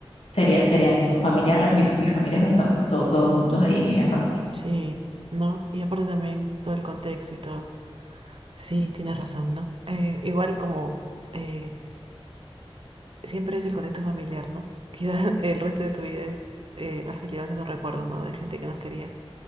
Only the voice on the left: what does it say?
sería, serían esos familiares, mi, mi familia junta, pues todo- todos juntos ahí en familia.